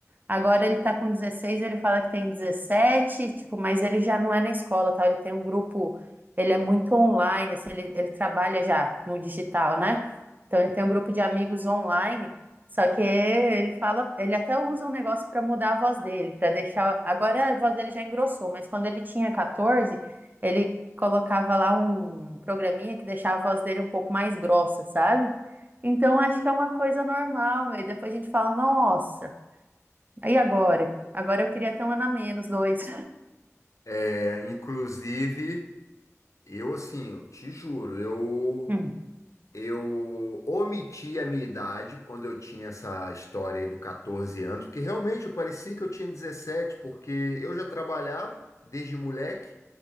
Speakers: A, on the right; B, on the left.
A: Agora ele tá com 16, ele fala que tem 17, tipo, mas ele já não é na escola, tá? Ele tem um grupo, ele é muito online, assim, ele, ele trabalha já no digital, né? Então ele tem um grupo de amigos online, só que ele fala, ele até usa um negócio para mudar a voz dele, para deixar. Agora a voz dele já engrossou, mas quando ele tinha 14, ele colocava lá um programinha que deixava a voz dele um pouco mais grossa, sabe? Então acho que é uma coisa normal, e depois a gente fala, nossa. Aí agora? Agora eu queria ter um ano a menos, dois.
B: É, inclusive, eu assim, eu te juro, eu
A: Hum,
B: eu omiti a minha idade quando eu tinha essa história aí do 14 anos, porque realmente eu parecia que eu tinha dezessete porque eu já trabalhava desde moleque.